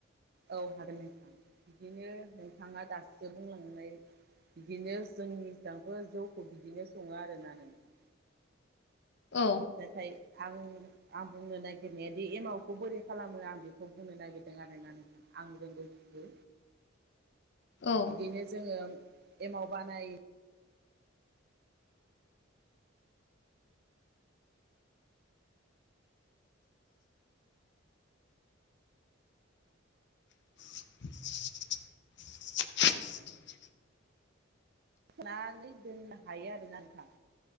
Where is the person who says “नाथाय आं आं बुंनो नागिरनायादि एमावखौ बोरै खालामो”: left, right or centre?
Right